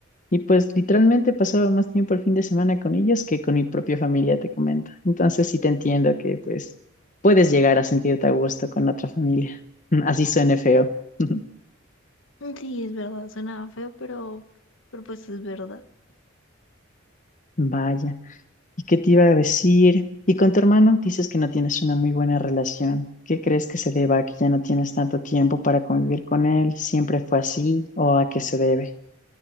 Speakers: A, on the left; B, on the left.
A: Y pues literalmente pasaba más tiempo el fin de semana con ellos que con mi propia familia, te comento. Entonces sí te entiendo que pues puedes llegar a sentirte a gusto con otra familia. <laughs> Así suene feo. <laughs>
B: Sí, es verdad, suena feo, pero, pero pues es verdad.
A: Vaya. ¿Y qué te iba a decir? ¿Y con tu hermano? Dices que no tienes una muy buena relación. ¿Qué crees que se deba a que ya no tienes tanto tiempo para convivir con él? ¿Siempre fue así o a qué se debe?